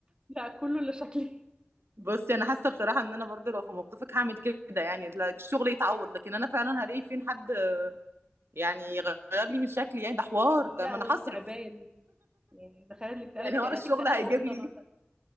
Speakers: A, on the right (about 20°); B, on the right (about 80°).
A: لا كله الا شكلي
B: بصي انا حاسة بصراحة ان انا برضو لو في موقفك هعمل كده يعني لا الشغل يتعوض لكن انا فعلا هلاقي فين حد يعني يغير لي من شكلي يعني ده حوار ده
A: لا
B: ما
A: وتعبان
B: انا هصرف
A: يعني تخيل انك تقلبي
B: يعني هو
A: يا
B: انا الشغل
A: تقلبي
B: هيجيب
A: قطه
B: لي
A: مثلا